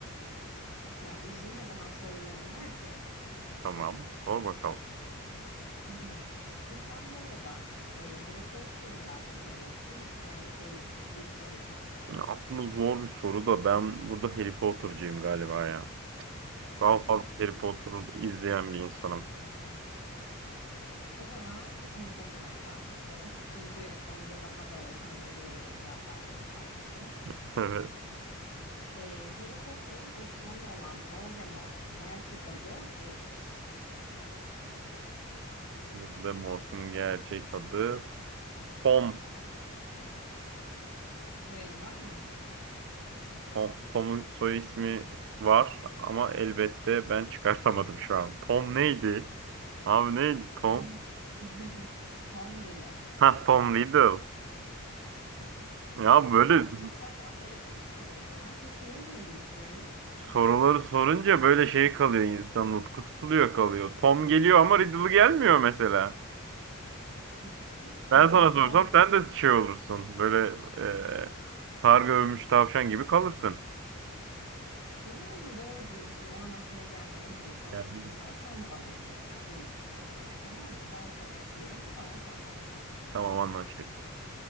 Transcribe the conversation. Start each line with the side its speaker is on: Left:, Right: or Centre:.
Left: ya üzülme daha sorularım var ki.
Right: Tamam, sor bakalım.
Left: <clears throat> Şimdi sen bu arada e, Harry Potter'ı mı daha çok seviyorsun? E, şey mi? Yüzüklerin Efendisi'ni mi?
Right: Ya aslında zor bir soru da ben burada Harry Potter'cıyım galiba ya. Daha
Left: Hmm.
Right: fazla Harry Potter'ı izleyen bir insanım.
Left: O zaman Harry Potter'dan gelsin sorum. Çünkü onda daha böyle kendine güvenerek cevap verdiğini fark ettim.
Right: <laughs> Evet.
Left: Ee, Harry Potter'ın düşmanı olan Voldemort'un gerçek adı nedir?
Right: Voldemort'un gerçek adı Tom.
Left: Soyadı var mı?
Right: Tom, Tom'un soy ismi var ama elbette ben çıkartamadım şu an. Tom neydi? Abi neydi Tom?
Left: Tom, <laughs> Tom Riddle.
Right: Ha Tom Riddle.
Left: Evet.
Right: Ya böyle
Left: E sen çok da fan değil misin ya? Çok bilemiyor gibisin.
Right: soruları sorunca böyle şey kalıyor insan nutku tutuluyor kalıyor. Tom geliyor ama Riddle gelmiyor mesela.
Left: <laughs>
Right: Ben
Left: Peki
Right: sana
Left: o Tom
Right: sorsam sen de şey olursun. Böyle e, far görmüş tavşan gibi kalırsın.
Left: yani doğru diyorsun. O an aklıma gelmeyebilir. Haklısın.
Right: Yani
Left: Ama sen de bana bir tane yap bu bittikten sonra tamam mı? Ben sana yapayım. Sonra sen bana yap.
Right: tamam anlaştık.